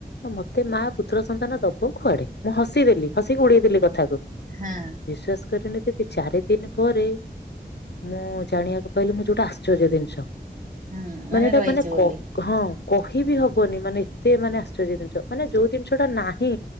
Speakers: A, on the left (about 80°); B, on the right (about 50°).
A: ମୋତେ ମା ପୁତ୍ର ସନ୍ତାନ ଦବ କୁଆଡେ ମୁଁ ହସିଦେଲି ହସିକି ଉଡେଇଦଲି କଥାକୁ
B: ହଁ
A: ବିଶ୍ଵାସ କରିବେନି ଦିଦି ଚାରି ଦିନି ପରେ ମୁଁ ଜାଣିବାକୁ ପାଇଲି ମୁଁ ଯୋ ଏଟା ଆଶ୍ଚର୍ଯ୍ୟ ଜିନିଷ
B: ହୁଁ
A: ମାନେ ଏଟା
B: ରହିଛି
A: ମାନେ
B: ବୋଲି।
A: କ ହଁ କହିବି ହବନି ମାନେ ଏତେ ମାନେ ଆଶ୍ଚର୍ଯ୍ୟ ଜିନିଷ ମାନେ ଯୋଉ ଜିନିଶ ଟା ନାହିଁ